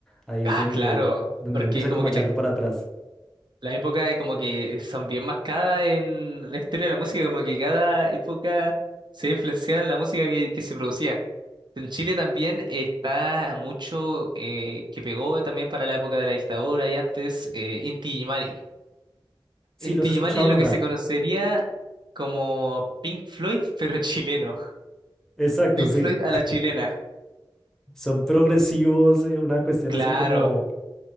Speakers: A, in the centre; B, on the right (about 55°).
A: ahí es
B: Ah,
A: donde,
B: claro,
A: donde
B: porque
A: uno empieza
B: como
A: como
B: que
A: a echar
B: la,
A: de para atrás.
B: la época es como que son bien marcadas en la historia de la música, como que cada época se influencia en la música que, que se producía. En Chile también está mucho eh, que pegó también para la época de la dictadura y antes eh, Inti Illimani.
A: Sí,
B: En
A: los
B: Illimani
A: he escuchado
B: es lo
A: nombrar.
B: que se conocería como Pink Floyd, <laughs> pero chileno.
A: Exacto,
B: Pink
A: sí.
B: Floyd a la chilena.
A: Son progresivos, eh, una cuestión
B: Claro,
A: así como,